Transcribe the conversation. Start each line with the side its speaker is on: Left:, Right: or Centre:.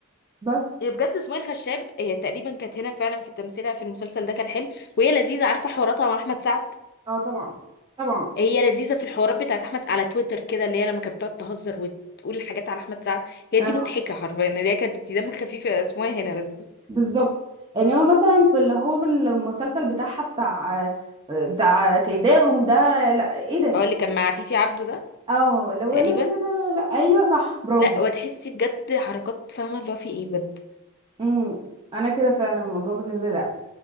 Right: بس
Left: هي بجد سمية الخشاب هي تقريبا كانت هنا فعلا في تمثيلها في المسلسل ده كان حلو وهي لذيذه عارفه حواراتها مع احمد سعد
Right: اه طبعا طبعا
Left: هي لذيذه في الحوارات بتاعت احمد على تويتر كده اللي هي لما كانت بتقعد تهزر وتقول حاجات على احمد سعد هي
Right: آه.
Left: دي مضحكه حرفيا اللي هي كانت دم خفيفه اسمها إيه هنا بس
Right: بالظبط يعني هو مثلا في اللي هو المسلسل بتاعها بتاع بتاع كيداهم ده لا ايه ده
Left: اه اللي كان مع فيفي عبده ده
Right: اه اللي هو
Left: تقريبا
Right: لا لا لا لا لا لا ايوه صح برافو
Left: لا وتحسي بجد حركات فاهمه اللي هو في ايه بجد
Right: امم انا كده فعلا الموضوع بالنسبه لي لا